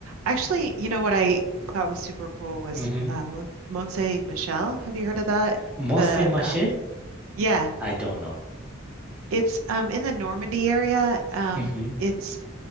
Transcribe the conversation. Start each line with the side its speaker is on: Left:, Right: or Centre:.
Right: Actually, you know what I thought was super cool was
Centre: Mm-hmm.
Right: uh, Mon Mont Michel. Have you heard of that?
Centre: Mont
Right: The
Centre: Michel?
Right: uh, yeah,
Centre: I don't know.
Right: it's um in the Normandy area. Um,
Centre: hmm
Right: it's